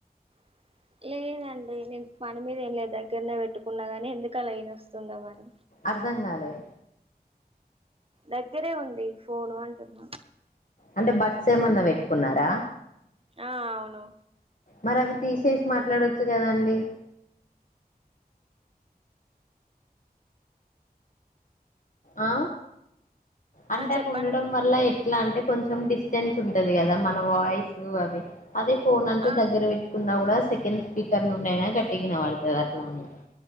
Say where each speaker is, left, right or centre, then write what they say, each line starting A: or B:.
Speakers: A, on the right; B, on the left.
A: <inaudible> లేదండి నేను పని మీద ఏం లేదు దగ్గరనే పెట్టుకున్నా గానీ ఎందుకు అలా వినొస్తుందో మరీ
B: అర్థం కాలే
A: దగ్గరే ఉంది ఫోన్ అంటున్న
B: అంటే బర్డ్స్ ఏమన్నా పెట్టుకున్నారా
A: ఆ అవును
B: మరి అవి తీసేసి మాట్లాడొచ్చు కదా అండి ఆ అంటే
A: ఆ చెప్పండి
B: ఉండడం వల్ల ఎట్లా అంటే కొంచెం డిస్ టెన్స్ ఉంటది కదా మన వాయిస్ యి అవి అదే ఫోన్ అంటే
A: ఆ
B: దగ్గర పెట్టుకున్నా కూడా సెకండ్ స్పీకర్ నుండి అయినా గట్టిగా వినపడుతుంది అట్లా అని